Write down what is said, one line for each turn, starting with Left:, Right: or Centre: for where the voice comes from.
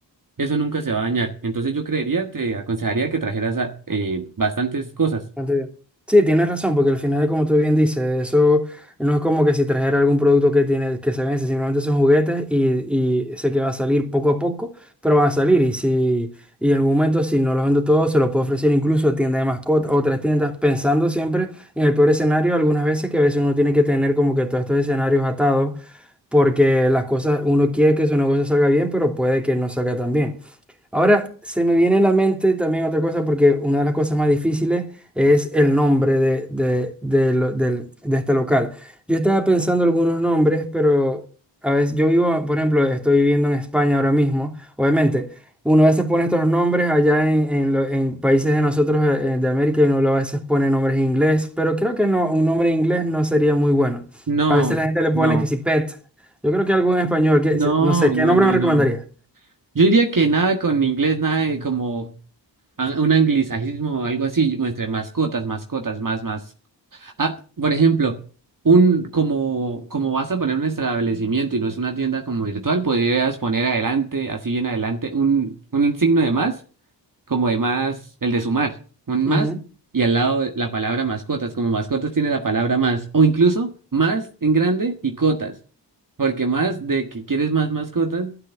Right: eso nunca se va a dañar. Entonces yo creería, te aconsejaría que trajeras a- eh, bastantes cosas.
Centre: Bastante bien. Sí, tienes razón, porque al final, como tú bien dices, eso no es como que si trajera algún producto que tiene, que se vence, simplemente son juguetes y, y sé que va a salir poco a poco, pero van a salir. Y si, y en algún momento, si no los vendo todos, se los puedo ofrecer incluso a tiendas de mascotas, a otras tiendas, pensando siempre en el peor escenario, algunas veces que a veces uno tiene que tener como que todos estos escenarios atados, porque las cosas, uno quiere que su negocio salga bien, pero puede que no salga tan bien. Ahora se me viene a la mente también otra cosa, porque una de las cosas más difíciles es el nombre de, de, de lo- del- de este local. Yo estaba pensando algunos nombres, pero a veces yo vivo, por ejemplo, estoy viviendo en España ahora mismo. Obviamente, uno a veces pone estos nombres allá en, en lo- en países de nosotros eh, de América y uno lo a veces pone nombres en inglés, pero creo que no, un nombre en inglés no sería muy bueno.
Right: No,
Centre: A veces la gente le pone
Right: no,
Centre: que si pet. Yo creo que algo en español, que,
Right: no,
Centre: no sé, ¿qué
Right: no,
Centre: nombre
Right: no,
Centre: me recomendaría?
Right: no. Yo diría que nada con inglés, nada de como a- un anglicismo o algo así, entre mascotas, mascotas, más, más. Ah, por ejemplo, un como, como vas a poner un establecimiento y no es una tienda como virtual, podrías poner adelante, así bien adelante, un, un signo de más como de más, el de sumar, un más,
Centre: Ujú. <laughs>
Right: y al lado la palabra mascotas, como mascotas tiene la palabra más, o incluso más en grande y cotas, porque más de que quieres más mascotas,